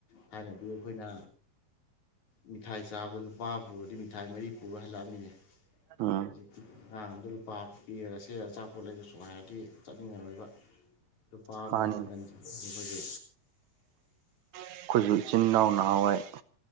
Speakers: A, on the left (about 60°); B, on the right (about 70°).
A: ꯊꯥꯏꯅꯗꯤ ꯑꯩꯈꯣꯏꯅ ꯃꯤꯊꯥꯏ ꯆꯥꯕꯗ ꯂꯨꯄꯥ ꯄꯨꯔꯗꯤ ꯃꯤꯊꯥꯏ ꯃꯔꯤ ꯄꯨꯔ ꯍꯜꯂꯛꯑꯃꯤꯅꯦ
B: ꯎꯝ
A: ꯍꯧꯖꯤꯛꯇꯤ ꯑꯉꯥꯡ ꯑꯝꯗ ꯂꯨꯄꯥ ꯄꯤꯔꯒꯁꯦ ꯑꯆꯥꯄꯣꯠ ꯂꯩꯒꯁꯨ ꯍꯥꯏꯔꯗꯤ ꯆꯠꯅꯤꯡꯉꯔꯣꯏꯕ ꯂꯨꯄꯥ ꯑꯃꯒꯤ
B: ꯃꯥꯅꯤꯅꯦ
A: ꯃꯪꯒꯟ ꯑꯩꯈꯣꯏꯒꯤ
B: ꯑꯩꯈꯣꯏꯁꯨ ꯏꯆꯤꯟ ꯏꯅꯥꯎ ꯅꯍꯥꯟꯋꯥꯏ